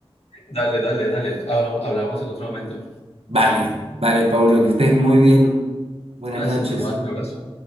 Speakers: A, on the left; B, on the right.
A: Dale, dale, dale. Habla- Hablamos en otro momento.
B: Vale, vale, Paulo, que estés muy bien. Buenas
A: Gracias,
B: noches.
A: igual, un abrazo.